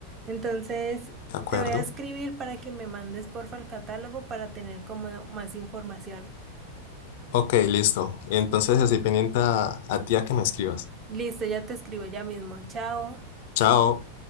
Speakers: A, on the right; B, on the left.
A: Entonces,
B: ¿De acuerdo?
A: te voy a escribir para que me mandes porfa el catálogo para tener como más información.
B: Ok, listo. Entonces estoy pendiente a a ti a que me escribas.
A: Listo, ya te escribo ya mismo. Chao.
B: Chao.